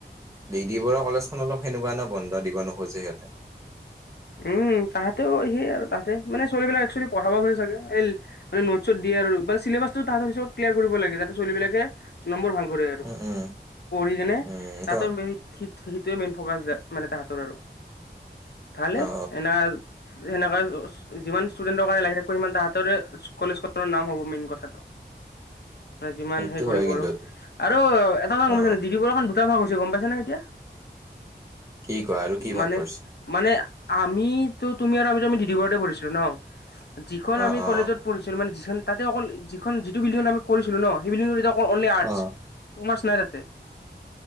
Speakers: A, on the right (about 15°); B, on the left (about 65°).
A: ডিডি বৰুৱা কলেজখন অলপ সেনেকুৱা ন বন্ধ দিব নোখোজে সিহঁতে
B: উম তাহাতেও সেই আৰু তাহতে মানে ছোৱালীবিলাক একচোৱেলি পঢ়াব চাগে নোট দি বেয়া আৰু চেলেবাচটো কিলিয়াৰ কৰিব লাগে ছোৱালী বিলাকে নম্বৰ ভাল কৰে আৰু
A: উম উম
B: পঢ়ি কেনে
A: উম
B: তাতো
A: ত অ
B: সেইটোৱে মেইন ফকাচ যাৰ মানে তাহতৰ আৰু ভালে
A: অ অ
B: এ সেনেকাে যিমান ষ্টুডেন্টৰ কাৰণে লাগি থাকো সিমান তাহতেৰে কলেজ খনৰ নাম হব মেইন কথাটো মানে যিমান
A: সেইটো
B: সেইৰি কৰিব
A: হয় কিন্তু
B: আৰু এটা কথা গম
A: অ
B: পাইছা নে দিদি বৰুৱা খন দুটা ভাগ হৈছে গম পাইছা নে এতিয়া
A: কি কোৱা আৰু কি
B: মানে
A: ভাগ কৰিছে
B: মানে আমিতো, তুমি আৰু আমিতো আমি দিদি ঘৰতে পঢ়িছিলো ন? যিখন
A: অ
B: আমি
A: অ
B: কলেজত পঢ়িছিলো মানে। যিখন তাতে অকল যিখন যিটো বিল্ডিংত আমি পৰিছিলো ন ডিজি ত অনলি আৰ্টছ
A: অ
B: কমাৰ্চ নাই তাতে